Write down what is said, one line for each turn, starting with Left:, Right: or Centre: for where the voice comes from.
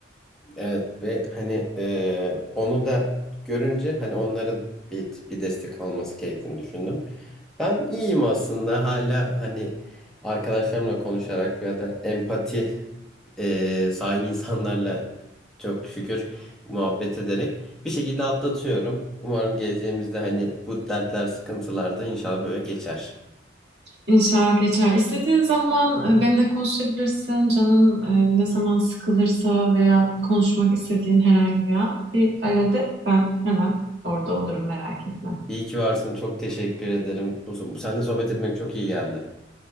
Centre: evet ve hani e, onu da görünce hani onların bir bir destek alması gerektiğini düşündüm. Ben iyiyim aslında hala hani arkadaşlarımla konuşarak ya da empati e, sahibi insanlarla çok şükür muhabbet ederek bir şekilde atlatıyorum. Umarım geleceğimizde hani bu dertler, sıkıntılar da inşallah böyle geçer.
Right: İnşallah geçer. İstediğin zaman e, benimle konuşabilirsin. Canın e, ne zaman sıkılırsa veya konuşmak istediğin herhangi bir an bir alo de. Ben hemen orada olurum merak etme.
Centre: İyi ki varsın. Çok teşekkür ederim. Bu- Seninle sohbet etmek çok iyi geldi.